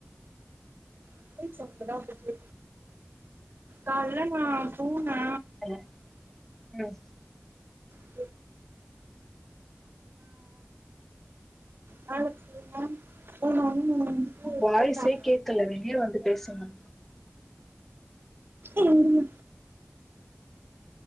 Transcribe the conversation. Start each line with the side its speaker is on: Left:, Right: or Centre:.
Right: <inaudible> அப்படி தா காலையில நா போனே
Centre: <unintelligible> ம்
Right: <inaudible> ஆ <unintelligible> மேம் போனோனே
Centre: வாய்சே
Right: கேட்டாங்க
Centre: கேக்கல வெளிய வந்து பேசுங்க
Right: ம்